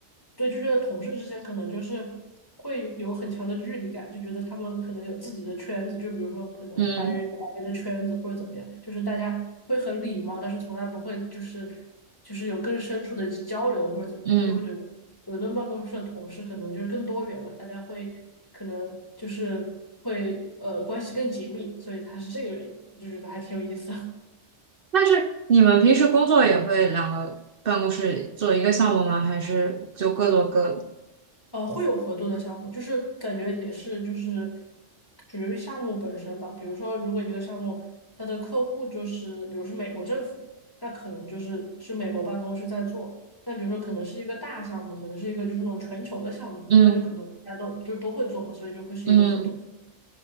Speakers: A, on the left (about 20°); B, on the right (about 50°).
A: 对，就觉得同事之间可能就是会有很强的距离感，就觉得他们可能有自己的圈子，就比如说可能白人有白人的圈子或者怎么样，
B: 嗯
A: 就是大家会很礼貌，但是从来不会就是。就是有更深处的交流或者怎么样，
B: 嗯。
A: 他就会觉得伦敦办公室的同事可能就是更多元嘛，大家会可能就是会呃关系更紧密，所以他是这个原因，我就觉得还挺有意思的。
B: 但是你们平时工作也会两个办公室做一个项目吗？还是就各做各的？
A: 呃，会有合作的项目，就是感觉也是就是属于项目本身吧。比如说，如果一个项目它的客户就是，比如是美国政府，那可能就是是美国办公室在做。那比如说，可能是一个大项目，可能是一个就是那种全球的项目，
B: 嗯
A: 那就可能大家都就都会做嘛，所以就会是一个合作，
B: 嗯，